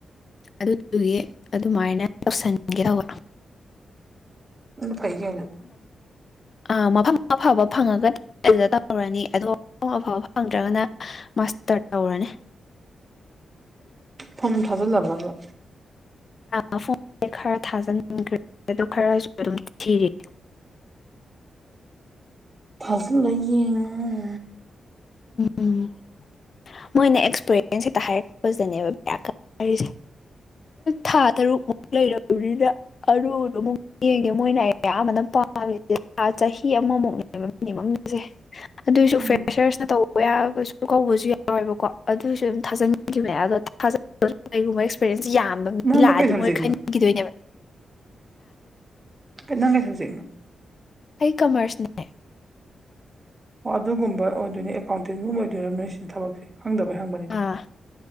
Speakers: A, on the left; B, on the right.
A: ꯑꯗꯨꯗꯨꯒꯤ ꯑꯗꯨꯃꯥꯏꯅ ꯇꯧꯁꯟꯒꯦ ꯇꯧꯕ
B: ꯑꯗꯨ ꯐꯩ ꯀꯩꯅꯣ
A: ꯑꯥ ꯃꯐꯝ ꯃ ꯐꯕ ꯐꯪꯉꯒꯅꯤ ꯑꯗꯨꯗ ꯇꯧꯔꯔꯅꯤ ꯑꯗꯣ ꯑꯐꯥꯎꯕ ꯐꯪꯗ꯭ꯔꯒꯅ ꯇ ꯇꯔꯅꯦ
B: ꯐꯝ ꯊꯖ ꯂꯝꯕ
A: ꯑ ꯐꯣꯟ ꯈꯔ ꯊꯥꯖꯅ ꯈ꯭ꯔꯦ ꯑꯗꯨ ꯈꯔꯁꯨ ꯑꯗꯨꯝ ꯊꯤꯔꯤ
B: ꯐꯖꯂ ꯌꯦꯡꯉꯨ
A: ꯎꯝ ꯃꯣꯏꯅ ꯑꯦꯛꯁꯄꯔꯤꯌꯦꯟꯁ ꯍꯦꯛꯇ ꯍꯥꯏꯔꯛꯄꯗꯅꯦꯕ ꯕꯁꯦ ꯊꯥ ꯇꯔꯨꯛ ꯑꯃꯨꯛ ꯂꯩꯔꯨꯔꯤꯗ ꯑꯔꯨꯗꯨꯣ ꯑꯃꯨꯛ ꯌꯦꯡꯒꯦ ꯃꯣꯏꯅ ꯑ ꯑꯌꯥꯝꯕꯅ ꯄꯥꯝꯃꯤꯁꯦ ꯆꯍꯤ ꯐꯤ ꯑꯃꯃꯨꯛꯅꯦꯕ ꯃꯤꯅꯤꯝꯁꯦ ꯑꯗꯨꯏꯁꯨ
B: ꯎꯝ
A: ꯐ꯭ꯔꯦꯁꯔꯁꯅ ꯇꯧꯕ ꯌꯥꯕꯁꯨ ꯀꯧꯕꯁꯨ ꯌꯥꯏ ꯌꯥꯎꯋꯦꯕꯀꯣ ꯑꯗꯨꯁꯨ ꯑꯗꯨꯝ ꯊꯥꯖꯤꯟꯈꯤꯕꯅꯦ ꯑꯗꯣ ꯊꯥꯖꯕꯁꯨ ꯀꯒꯨꯝꯕ ꯑꯦꯛꯁꯄꯤꯔꯦꯟꯁ ꯌꯥꯝ
B: ꯅꯪꯗꯣ
A: ꯂꯥꯛꯑꯗꯤ
B: ꯀꯩ ꯁꯕꯖꯦꯛꯅꯣ
A: ꯃꯣꯏ ꯈꯈꯤꯗꯣꯏꯅꯦꯕ
B: ꯀꯅꯥ ꯀꯦꯁꯖꯩꯅ
A: ꯑꯩ ꯀꯃꯔꯁꯅꯦ
B: ꯑꯣ ꯑꯗꯨꯒꯨꯝꯕ ꯑꯣꯏꯗꯣꯏꯅꯤ ꯑꯦꯀꯥꯎꯟꯇꯦꯟꯒꯨꯝꯕ ꯑꯣꯏꯗꯣꯏꯕ ꯅꯣꯏ ꯁꯤꯅ ꯊꯕꯛꯁꯦ ꯈꯪꯗꯕꯩ ꯍꯪꯕꯅꯤꯀꯣ
A: ꯑꯥ